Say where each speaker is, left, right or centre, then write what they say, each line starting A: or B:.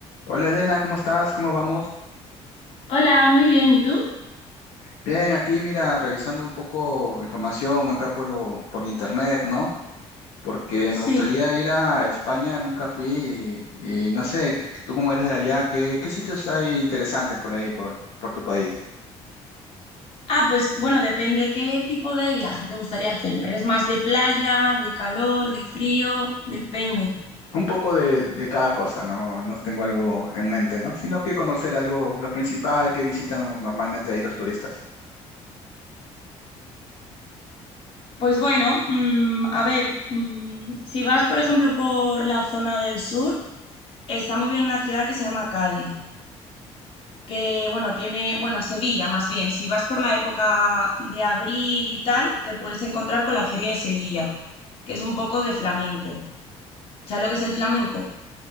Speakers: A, on the left; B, on the left.
A: Hola Elena, ¿cómo estás? ¿Cómo vamos?
B: Hola, muy bien. ¿Y tú?
A: Bien, aquí mira, revisando un poco información acá por, por internet, ¿no? Porque
B: Sí.
A: me gustaría ir a España, nunca fui y, y no sé, qu- tú como eres de allá, ¿qué, qué sitios hay interesantes por ahí, por, por tu país?
B: Ah, pues bueno, depende qué tipo de viaje te gustaría hacer. ¿Eres más de playa, de calor, de frío? Depende.
A: Un poco de, de cada cosa, ¿no? No tengo algo en mente, ¿no? Sino que conocer algo, lo principal que visitan normalmente ahí los turistas.
B: Pues bueno, mm, a ver, mm, si vas, por ejemplo, por la zona del sur, está muy bien una ciudad que se llama Cádiz, que bueno, tiene, bueno, Sevilla más bien. Si vas por la época de abril y tal, te puedes encontrar con la Feria de Sevilla, que es un poco de flamenco. ¿Sabes lo que es el flamenco?